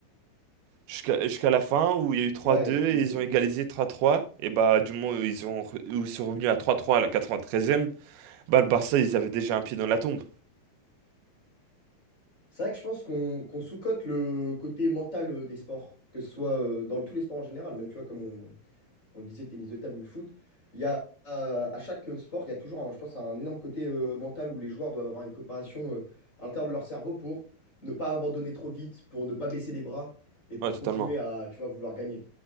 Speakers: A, on the right; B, on the left.
A: Jusqu'à jusqu'à la fin où il y a eu 3-2
B: Ouais, ils
A: et
B: étaient
A: ils
B: paniqués.
A: ont égalisé 3-3. Et bah du moment où ils ont re- où ils sont revenus à 3-3 à la 93e, Bah, le Barça, ils avaient déjà un pied dans la tombe.
B: C'est vrai que je pense qu'on qu'on sous-cote le côté mental euh, des sports, que ce soit euh, dans le- tous les sports en général, même tu vois, comme on, on le disait, le tennis de table ou le foot, il y a euh, à chaque euh, sport, il y a toujours, un- je pense, un énorme côté euh, mental où les joueurs doivent avoir une préparation euh, à l'intérieur de leur cerveau pour ne pas abandonner trop vite, pour ne pas baisser les bras et pour
A: Ouais, totalement.
B: continuer à, tu vois, vouloir gagner,